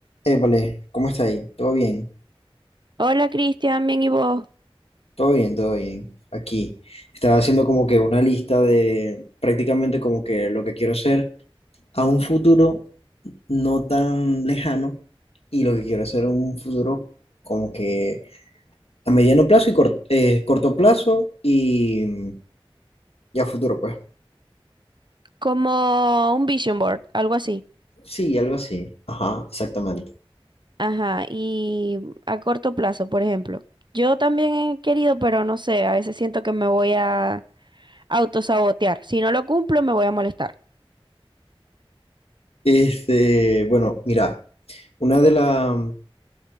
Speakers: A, on the left; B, on the right.
A: Épale, ¿cómo está ahí? ¿Todo bien?
B: Hola Cristian, bien y vos,
A: Todo bien, todo bien. Aquí. Estaba haciendo como que una lista de prácticamente como que lo que quiero hacer a un futuro no tan lejano y lo que quiero hacer a un futuro como que a mediano plazo y cor- eh, corto plazo y, mm, y a futuro, pues.
B: como un vision board, algo así.
A: Sí, algo así. Ajá, exactamente.
B: Ajá, y a corto plazo, por ejemplo. Yo también he querido, pero no sé, a veces siento que me voy a autosabotear. Si no lo cumplo, me voy a molestar.
A: Este, bueno, mira, una de las...